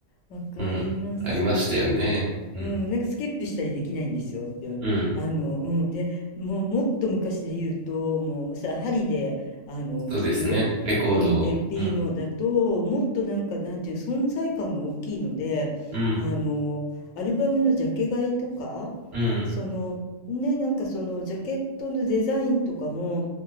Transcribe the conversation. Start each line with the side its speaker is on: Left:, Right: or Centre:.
Left: わかります。
Right: うん、ありましたよね。うん、
Left: うん、なんかスキップしたりできないんですよ。で、
Right: うん、
Left: あの、うん、で、もう、もっと昔で言うと、もうさ、針で、あの、
Right: そうですね。
Left: 聞く、
Right: レコードを。
Left: うん、LP
Right: うん、
Left: のだと、もっとなんか、なんていう、存在感が大きいので、
Right: うん、
Left: あの、アルバムのジャケ買いとか、
Right: うん。
Left: その、ね、なんかその、ジャケットのデザインとかも、